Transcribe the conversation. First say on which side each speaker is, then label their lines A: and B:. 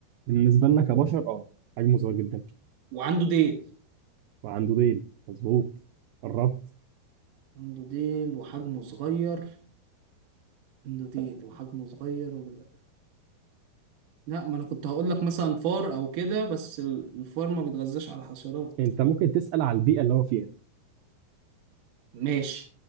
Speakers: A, on the right; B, on the right.
A: بالنسبة لنا كبشر اه حجمه صغير جدا
B: وعنده ديل
A: وعنده ديل مظبوط قربت
B: عنده ديل وحجمه صغير عنده ديل وحجمه صغير وكده لا ما انا كنت هقول لك مثلا فار او كده بس ال- الفار ما بيتغذاش على حشرات
A: انت ممكن تسأل على البيئة اللي هو فيها
B: ماشي